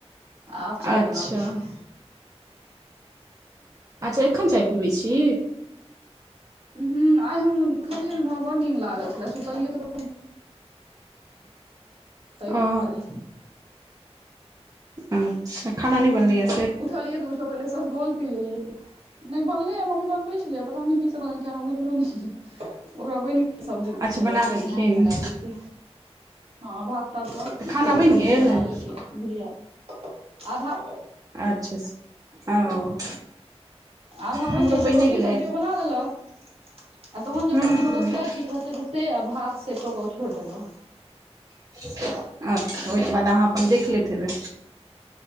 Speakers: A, on the right (about 60°); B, on the right (about 35°).
A: आब चाय
B: अच्छा
A: बनाबै छियै।
B: अच्छा एखन चाय पीबै छी।
A: ह आइ हम उलियै ने बड़ नीन लागल छलै, सुतलियै तबो ताहि
B: ओ।
A: दुआरे
B: अच्छा खाना नहि बनलैया?
A: उठलियै तऽ उइठ के पहिले सफगोल पी लेलियै। नै बनले ह ममी बनबे छले, पता ने की सब बनेलक हमरा बुझलो नै या ओकरा बैन सब्जी बुझाइया
B: अच्छा बना
A: अपन
B: लेलखिन
A: नहैत, तैहैत हँ भात- तात
B: तऽ
A: छुछे
B: खाना बनि
A: सब्जी
B: गेल
A: बना लेलकै, बुझिय आधा
B: अच्छा ओ।
A: आधा बनि
B: हमरो
A: जाइ छै,
B: बने
A: रोटी
B: गेलै
A: सब्जी ओ बना लेलक। आ तहन जे
B: हूँ
A: अपन
B: हूँ
A: कोनो दोसराइत किछु रहतै से, आ भात से कऽ के ओ छोड़ि देलक।
B: अच्छा ओहिके बाद अहाँ अपन देख लैत हेबै।